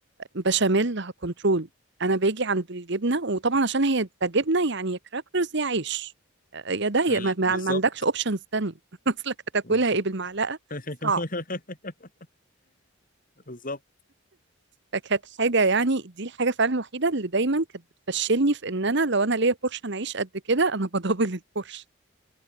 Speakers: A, on the right; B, on the left.
A: بشاميل هكنترول انا باجي عند الجبنة وطبعا عشان هي ده جبنة يعني يا كراكرز يا عيش يا ده يا
B: مم،
A: ما ما-
B: بالظبط
A: ما عندكش اوبشنز تانية <laughs> اصلك هتاكلها
B: بالظبط
A: ايه بالمعلقة
B: <laughs>
A: صعب
B: بالظبط
A: فكانت حاجة يعني دي الحاجة فعلا الوحيدة اللي دايما كانت بتفشلني في ان انا لو انا ليا بورشه انا اعيش قد كده انا بدبل البورشه